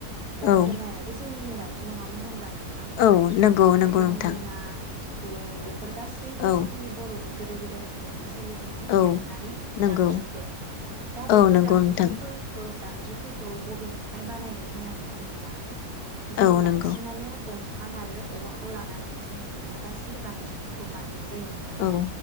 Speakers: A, on the right; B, on the left.
A: गंगोनायाबो
B: औ
A: जों निनो दामजु नङामोन होनब्ला नों थां।
B: औ नंगौ
A: दा बे
B: नंगौ
A: गंगोना
B: नोंथां
A: सि फुं बे फोर गासैबो
B: औ
A: जोंनि बर'नि गोदो गोदायनिफ्रायनो सोलिबोनाय
B: औ
A: दोरोङारि
B: नंगौ
A: दामजुफोर। दा बेफोर
B: औ नंगौ
A: दामजुफोर
B: नोंथां
A: दामजुफोरखौ बबेनिफ्राय बानायनाय होननानै बुङोब्ला जों
B: औ
A: बांसिनानो
B: नंगौ
A: दं फां आरो औवाखौ लानानैनो जों बेफोर गासै दामजुफोरखौ बानायनाय जायो नोंथां
B: औ